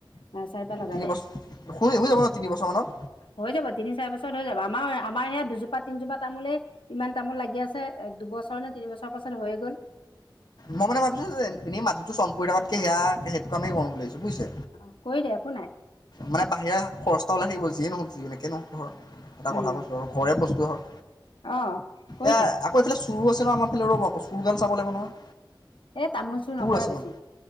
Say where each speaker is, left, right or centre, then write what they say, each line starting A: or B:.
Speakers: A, on the left; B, on the left.
A: নাৰ্চাৰীৰ পৰা লগাই
B: তিনিবছ
A: দে।
B: হুই হুই যাব ন' তিনিবছৰমানত?
A: হৈ যাব, তিনি চাৰি বছৰত হৈ যাব। আমাৰ আমাৰ সেইয়া দুজোপা তিনজোপা তামোলেই ইমান তামোল লাগি আছে। তে, দুবছৰ নে তিনি বছৰৰ পাছত হৈয়ে গ'ল।
B: মই মানে ভাবিছো যে এ-এনেই মাটিটো চনপৰি থকাতকে সেয়া সেইটো কামেই কৰো বুলি ভাবিছো বুইছে?
A: অ' কৰি দে একো নাই।
B: মানে বাহিৰা খৰচা এটা ওলাই থাকিব, যিয়ে নহওঁক যেনেকে নহওঁক ধৰ। এটা
A: উম।
B: কথা কৈছোঁ আৰু ঘৰৰে বস্তু হয়,
A: অ কৰি
B: এ
A: থাক
B: আকৌ এইফালে চো চোৰো আছে নহয় আমাৰ ফালে ৰ'ব আকৌ, চোৰ গাল চাব লাগিব নহয়।
A: এই তামোল চোৰ নকৰে
B: আছে
A: বেছি।
B: মানে